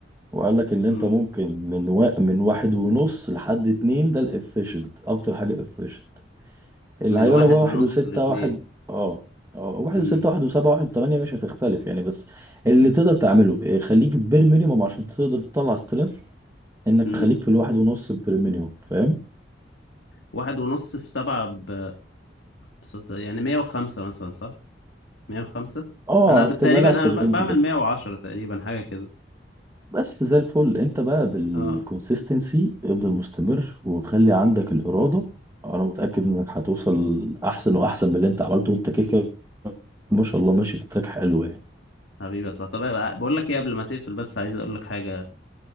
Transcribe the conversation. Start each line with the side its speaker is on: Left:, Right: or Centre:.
Right: وقال لك ان انت
Left: مم.
Right: ممكن من و... من واحد ونص لحد اتنين ده الافيشنت اكتر حاجة efficient اللي
Left: من
Right: هيقول
Left: واحد
Right: لك بقى
Left: ونص
Right: واحد وستة
Left: لاتنين
Right: واحد اه اه واحد
Left: مم.
Right: وستة واحد وسبعة واحد وثمانية مش هتختلف يعني بس اللي تقدر تعمله إيه، خليك بير مينيموم عشان تقدر تطلع سترينث انك
Left: مم.
Right: خليك في الواحد ونص بير مينيموم فاهم
Left: واحد ونص في سبعة ب... بصوت- يعني مية وخمسة مثلا صح؟ 105
Right: اه
Left: انا ب... تقريبا
Right: تبقى لاعب
Left: انا
Right: في الرينج
Left: ب... بعمل
Right: ده
Left: 110 تقريبا حاجه كده
Right: بس زي الفل انت بقى بالكونسيستنسي
Left: اه
Right: افضل مستمر وخلي عندك الإرادة
Left: مم.
Right: انا متأكد انك هتوصل احسن واحسن من اللي انت عملته وانت كده كده ما شاء الله ماشي في تراك حلو يعني
Left: حبيبي يا صاحبي طب بقول لك ايه قبل ما تقفل بس عايز اقول لك حاجه